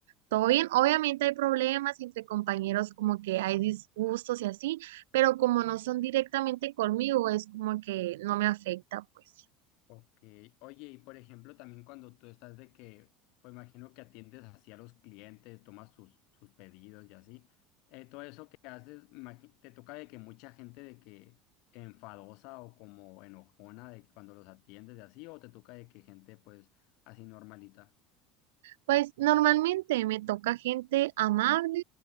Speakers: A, on the right (about 70°); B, on the left (about 60°).
A: Todo bien, obviamente hay problemas entre compañeros, como que hay disgustos y así, pero como no son directamente conmigo, es como que no me afecta, pues.
B: Ok. Oye, y por ejemplo, también cuando tú estás de que, pues imagino que atiendes así a los clientes, tomas sus, sus pedidos y así, eh, todo eso que haces, imagi- te toca de que mucha gente de que enfadosa o como enojona de que cuando los atiendes y así, o te toca de que gente pues así normalita.
A: Pues normalmente me toca gente amable